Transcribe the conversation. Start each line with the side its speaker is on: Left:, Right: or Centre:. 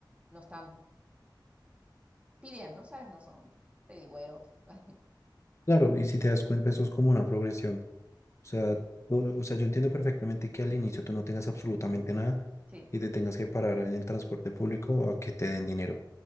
Right: no están pidiendo, ¿sabes? No son pedigüeros. <laughs>
Left: Claro, y si te das cuenta, eso es como una progresión. O sea, o, o sea, yo entiendo perfectamente que al inicio tú no tengas absolutamente nada
Right: Sí,
Left: y te tengas que parar en el transporte público a que te den dinero.